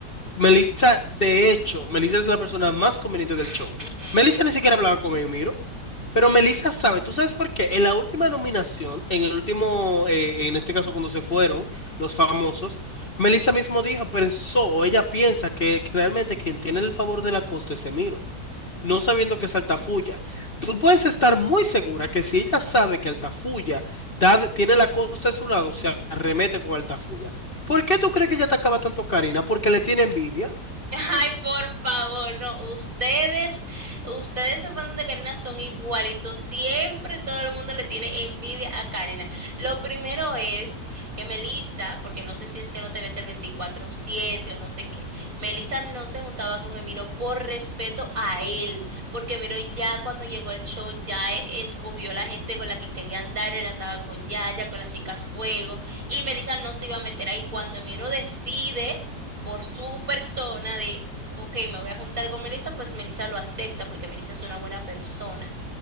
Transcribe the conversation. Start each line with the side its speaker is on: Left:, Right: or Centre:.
Left: Melissa, de hecho, Melissa es la persona más conveniente del
Right: <laughs>
Left: show. Melissa ni siquiera hablaba con Emiro, pero Melissa sabe, ¿tú sabes por qué? En la última nominación, en el último, eh, en este caso cuando se fueron los famosos, Melissa mismo dijo, pensó, o ella piensa que, que realmente quien tiene el favor de la costa es Emiro no sabiendo que es Altafulla. Tú puedes estar muy segura que si ella sabe que Altafulla está- tiene la costa de su lado, se arremete con Altafulla. ¿Por qué tú crees que ella te acaba tanto a Karina? Porque le tiene envidia.
Right: Ay, por favor, no, ustedes, ustedes se fans de Karina son igualitos, siempre todo el mundo le tiene envidia a Karina. Lo primero es que Melissa, porque no sé si es que no te ves el veinticuatro siete o no sé qué, Melissa no se juntaba con Emiro por respeto a él, porque Emiro ya cuando llegó al show ya e- escogió la gente con la que quería andar, él andaba con Yaya, con las chicas Fuego, y Melissa no se iba a meter ahí cuando Emiro decide por su persona de, ok, me voy a juntar con Melissa, pues Melissa lo acepta porque Melissa es una buena persona.